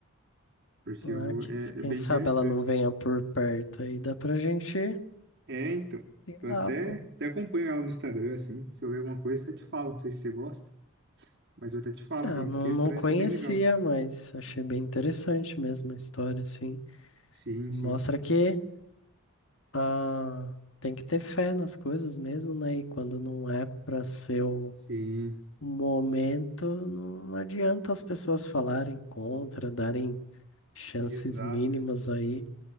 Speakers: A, on the right; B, on the left.
A: Porque
B: Ah,
A: eu,
B: que-
A: é,
B: quem
A: é bem
B: sabe
A: interessante.
B: ela não venha por perto aí, dá pra gente
A: É, então.
B: ir
A: Eu
B: lá,
A: até,
B: pô.
A: até acompanho ela no Instagram, assim. Se eu ver alguma coisa, até te falo. Não sei se você gosta, mas eu até te falo,
B: É,
A: assim,
B: eu não,
A: porque
B: não
A: parece
B: conhecia,
A: ser bem legal.
B: mas achei bem interessante mesmo a história, assim.
A: Sim,
B: E mostra
A: sim.
B: que Ah, tem que ter fé nas coisas mesmo, né? E quando não é para ser o
A: Sim.
B: o momento, não adianta as pessoas falarem contra, darem chances
A: Exato.
B: mínimas aí.